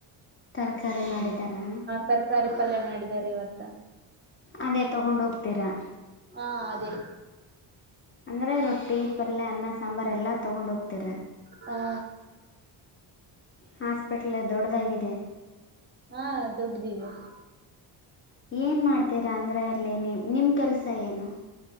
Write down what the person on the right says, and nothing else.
ತರ್ಕಾರಿ ಪಲ್ಯ ಮಾಡಿದಿದ್ದಾರೆ ಇವತ್ತ
ಹಾ ಅದೇ.
ಹಾ.
ಹಾ ದೊಡ್ಡದ ಇದೆ.